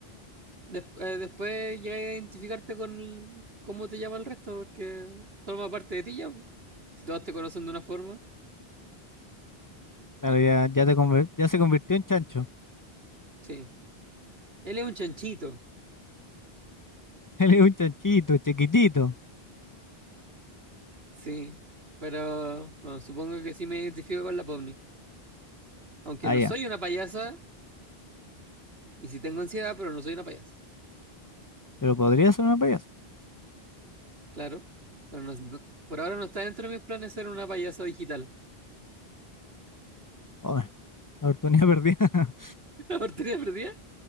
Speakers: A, on the right; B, on the left.
A: Des- eh, después llegas a identificarte con el- cómo te llama el resto, porque forma parte de ti ya. po. Si todos te conocen de una forma,
B: Claro, ya, ya, te conver- ya se convirtió en chancho.
A: sí. Él es un chanchito,
B: <laughs> Él es un chanchito, chiquitito.
A: sí. Pero bueno, supongo que sí me identifico con la Pomni. Aunque
B: Ah,
A: no
B: ya.
A: soy una payasa, y sí tengo ansiedad, pero no soy una payasa.
B: Pero podría ser una payasa.
A: Claro. Pero no- no- por ahora no está dentro de mis planes ser una payasa digital.
B: Hombre, oportunidad perdida. <laughs>
A: <laughs> ¿Por perdida?